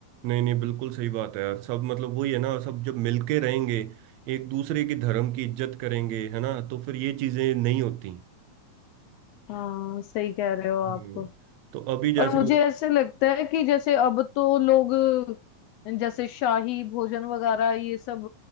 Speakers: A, on the right (about 80°); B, on the left (about 80°).
A: नहीं नहीं बिल्कुल सही बात है यार सब मतलब वही है ना सब जब मिलके रहेंगे एक दूसरे के धर्म की इज्जत करेंगे है ना तो फिर ये चीजें नहीं होती
B: हाँ सही कह रहे हो आप
A: हम्म, तो अभी जैसे
B: और मुझे ऐसे लगता है कि जैसे अब तो लोग जैसे शाही भोजन वगैरह ये सब